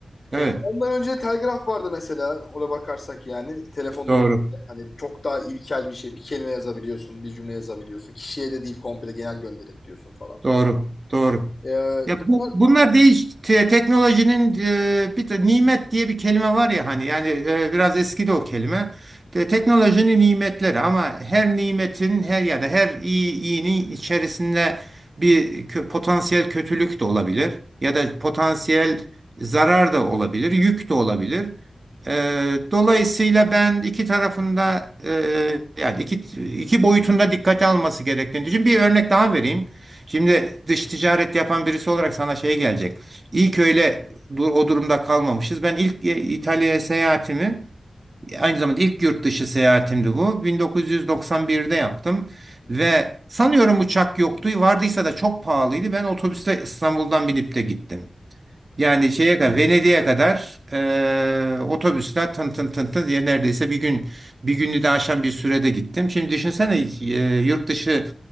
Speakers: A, on the right (about 45°); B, on the left (about 40°).
A: Evet,
B: Ee, ondan önce telgraf vardı mesela. Ona bakarsak yani telefondan
A: doğru.
B: önce hani çok daha ilkel bir şey. Bir kelime yazabiliyorsun, bir cümle yazabiliyorsun. Kişiye de değil komple genel gönderebiliyorsun falan.
A: Doğru, doğru.
B: Ee,
A: Ya
B: bunlar
A: bu, bunlar değiş te- teknolojinin e, bir de nimet diye bir kelime var ya hani yani e, biraz eski de o kelime. Te- teknolojinin nimetleri ama her nimetin her ya da her iyi iyinin içerisinde bir kö- potansiyel kötülük de olabilir ya da potansiyel zarar da olabilir, yük de olabilir. E, dolayısıyla ben iki tarafında e, yani iki iki boyutunda dikkate alması gerektiğini düşünüyorum. Bir örnek daha vereyim. Şimdi dış ticaret yapan birisi olarak sana şey gelecek. İlk öyle du- o durumda kalmamışız. Ben ilk e, İtalya'ya seyahatimi, aynı zamanda ilk yurt dışı seyahatimdi bu. 1991'de yaptım
B: Hı hı.
A: ve sanıyorum uçak yoktu. Vardıysa da çok pahalıydı. Ben otobüste İstanbul'dan binip de gittim. Yani şeye kadar Venedik'e kadar eee otobüsler tın tın tın tın diye neredeyse bir gün bir günü de aşan bir sürede gittim. Şimdi düşünsene eee, yurt dışı